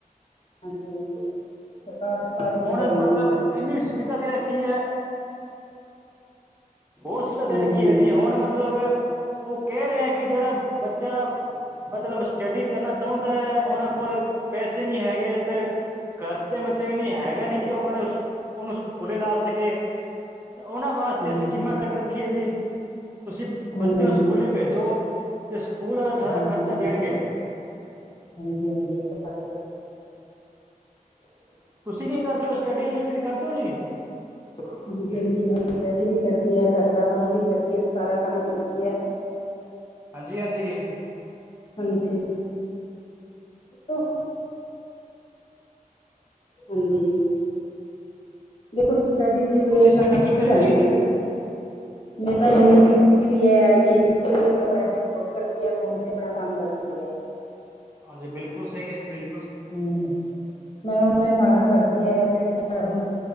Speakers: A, on the left; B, on the right.
A: ਹਾਂਜੀ- ਹਾਂਜੀ, ਸਰਕਾਰ ਸਾਰੀ ਸੁਵਿਧਾ
B: ਹੁਣ,
A: ਦੇ
B: ਮਤਲਬ
A: ਰਹੀ ਹੈ
B: ਇੰਨੀ ਸੁਵਿਧਾ ਦੇ ਰੱਖੀ ਐ ਬਹੁਤ ਸੁਧਾ ਦੇ
A: ਹਾਂਜੀ
B: ਰੱਖੀਏ ਜੀ, ਹੁਣ ਮਤਲਬ ਉਹ ਕਹਿ ਰਿਹਾ ਹੈ, ਕਿ, ਜਿਹੜਾ ਬੱਚਾ ਮਤਲਬ ਸਟੱਡੀ ਕਰਨਾ ਚਾਹੁੰਦਾ ਐ, ਉਹਨਾਂ ਕੋਲ ਪੇਸੇ ਨੀ ਹੈਗੇ, ਤੇ, ਖਰਚੇ ਮਤਲਬ ਇਹ ਨਹੀਂ ਕਿ ਉਹ ਮ ਉਹੂੰ, ਸਕੁਲੇ ਲਾ ਸਕੇ ਕਿ <inaudible> ਤੇ ਉਹਨਾਂ ਵਾਸਤੇ,
A: ਹਾਂਜੀ
B: ਸਕੀਮਾਂ ਕੱਢ ਰੱਖੀਏ ਜੀ। ਤੁਸੀਂ
A: ਹਾਂਜੀ
B: ਬੱਚੇ
A: ਹਾਂਜੀ
B: ਨੂੰ ਸਕੂਲੇ ਭੇਜੋ, ਤੇ ਸਕੂਲ ਵਾਲੇ
A: ਹਾਂਜੀ
B: ਸਾਰਾ ਖਰਚਾ ਦੇਣਗੇ।
A: ਹਾਂਜੀ- ਹਾਂਜੀ, ਏ ਤਾਂ ਤੁਹਾਡੀ ਗੱਲ
B: ਤੁਸੀਂ ਕੀ ਕਰਦੇ ਹੋ? ਸਟੱਡੀ, ਸੀਡ ਕਰਦੇ ਹੋ ਜੀ?
A: ਹ, ਹਾਂ, ਮੈਂ ਸਟੱਡੀ ਵੀ ਕਰਦੀ ਆ, ਘਰ ਦਾ ਕੰਮ ਵੀ ਕਰਦੀ ਏ, ਸਾਰਾ ਕੰਮ ਕਰਦੀ ਏ।
B: ਹਾਂਜੀ-ਹਾਂਜੀ।
A: ਹਾਂਜੀ, ਤੋ ਹਾਂਜੀ, ਦੇਖੋ ਸਟੱਡੀ
B: ਤੁਸੀਂ ਸਟੱਡੀ ਕੀ
A: ਪੁੱਛ
B: ਕਰ ਰੱਖੀ
A: ਨ
B: ਹੈ
A: <inaudible>
B: <inaudible>
A: ਮੈਂ, ਤਾਂ ਇਨੇ ਕੀਤਾ ਈ ਆ, ਆਈ ਨੀ ਆਈ ਕੀਤੀ ਹੋਈ ਐ, ਪ੍ਰਾਈਵੇਟ ਜੋਬ ਕਰਦੀ ਐ, ਫੋਨ ਤੇ ਆਪਣਾ ਕੰਮ ਕਰਦੀ ਐ।
B: ਹਾਂਜੀ, ਬਿਲਕੁਲ ਸਹੀ ਹੈ ਜੀ। ਬਿਲ
A: ਹੂੰ ਮੈਂ ਓਨਲਾਈਨ ਫਾਰਮ ਭਰਦੀ ਹੈ, ਜਿਹੜੇ ਹੁਣ